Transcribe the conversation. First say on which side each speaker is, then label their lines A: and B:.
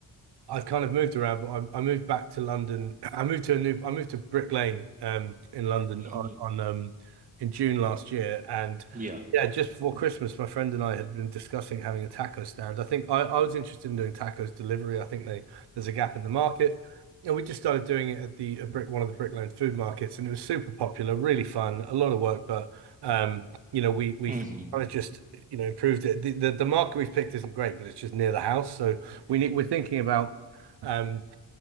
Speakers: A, on the right; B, on the right.
A: I've kind of moved around, but I, I moved back to London. <clears throat> I moved to a new, I moved to Brick Lane, um, in London on,
B: Mm-hmm.
A: on um, in June last year, and
B: Yeah.
A: yeah, just before Christmas, my friend and I had been discussing having a taco stand. I think I, I was interested in doing tacos delivery. I think they there's a gap in the market, and we just started doing it at the at Brick one of the Brick Lane food markets, and it was super popular, really fun, a lot of work, but um, you know, we we've
B: hmm
A: kind of just you know improved it. The, the the market we've picked isn't great, but it's just near the house, so we need we're thinking about. Um,